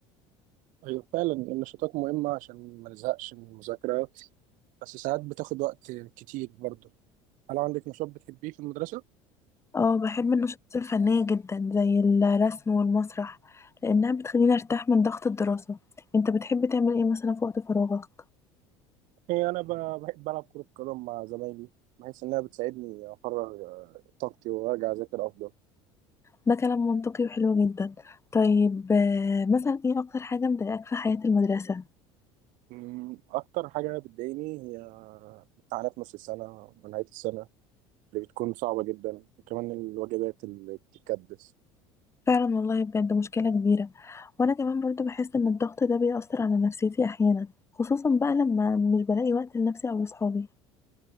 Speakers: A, on the right; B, on the left.
A: أيوة فعلا النشاطات مهمة عشان ما نزهقش من المذاكرة بس ساعات بتاخد وقت كتير برضه هل عندك نشاط بتحبيه في المدرسة؟
B: اه بحب النشاطات الفنية جدا زي الرسم والمسرح لأنها بتخليني أرتاح من ضغط الدراسة انت بتحب تعمل ايه مثلا في وقت فراغك؟
A: هي أنا ب- بحب ألعب كرة قدم مع زمايلي بحيث إنها بتساعدني أفرغ آه، طاقتي وأرجع أذاكر أفضل
B: ده كلام منطقي وحلو جدا طيب آه، مثلا ايه أكتر حاجة مضايقاك في حياة المدرسة؟
A: أمم، أكتر حاجة بتضايقني هي امتحانات نص السنة ونهاية السنة اللي بتكون صعبة جدا وكمان الواجبات اللي بتتكدس
B: فعلا والله بجد مشكلة كبيرة وأنا كمان برضو بحس إن الضغط ده بيأثر على نفسيتي أحيانا خصوصا بقى لما مش بلاقي وقت لنفسي أو لصحابي